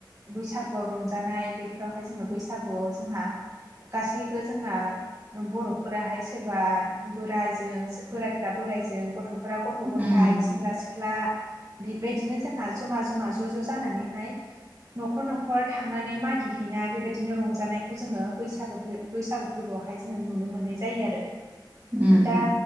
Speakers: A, on the right; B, on the right.
A: बैसागुआव रंजानाय बेफोरावहाय जोङो बैसागुआव जोंहा गासैबो जोंना बर'फोराहाय सोरबा बोरायजों बोराय फोर्रा बोराइजों गथ'फोरा गथ' गथायाइ
B: उम
A: सेंग्रा सिख्ला बेबायदिनो जों जोंहा जमा जमा ज' ज' जानानैहाय न'खर न'खर थांनानै मागि हैैनाय बेबायदिनो रंजानायखौ जोङो बैसागो बैसागो फोरबोआवहाय जोङो नुनो मोननाय जायो आरो
B: <inaudible>
A: दा
B: उम